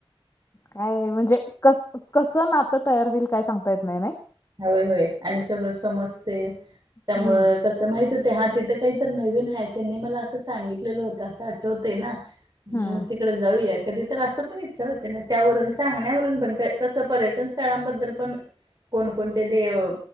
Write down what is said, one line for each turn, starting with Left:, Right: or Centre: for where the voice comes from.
Left: काय म्हणजे कस, कसं नातं तयार होईल काय सांगता येत नाही नाही
Right: होय, होय आणि सगळं समजते त्यामुळे
Left: हम्म
Right: कस माहित होते हा तिथं काही तर नवीन आहे त्यांनी मला असं सांगितलेलं होतं असं आठवते ना म
Left: हम्म
Right: ते जाऊया कधी तर असं पण इच्छा होते ना त्यावरून सांगण्यावरून पण कसं पर्यटन स्थळांबद्दल पण कोणकोणते देव